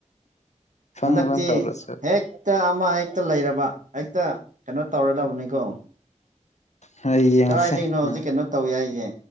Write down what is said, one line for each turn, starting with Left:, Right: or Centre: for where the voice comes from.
Left: ꯑꯐꯪ
Right: ꯍꯟꯗꯛꯇꯤ
Left: ꯑꯐꯪ ꯇꯧꯔꯁꯨ
Right: ꯍꯦꯛꯇ ꯑꯃ ꯍꯦꯛꯇ ꯂꯩꯔꯕ ꯍꯦꯛꯇ ꯀꯩꯅꯣ ꯇꯧꯔꯗꯕꯅꯤꯀꯣ
Left: ꯍꯣꯏ ꯌꯦꯡꯉꯁꯦ
Right: ꯀꯗꯥꯏꯗꯒꯤꯅꯣ ꯍꯧꯖꯤꯛ
Left: ꯎꯝ
Right: ꯀꯩꯅꯣ ꯇꯧꯋꯦ ꯍꯥꯏꯁꯦ